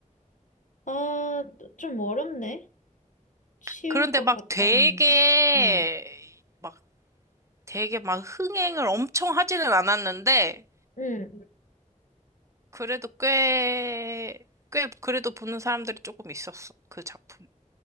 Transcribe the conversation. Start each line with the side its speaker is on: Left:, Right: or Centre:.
Left: 아, 좀 어렵네? 쉬울
Right: 그런데
Left: 것
Right: 막
Left: 같았는데.
Right: 되게,
Left: 어.
Right: 막 되게 막 흥행을 엄청 하지는 않았는데,
Left: 응.
Right: 그래도 꽤, 꽤 그래도 보는 사람들이 조금 있었어. 그 작품.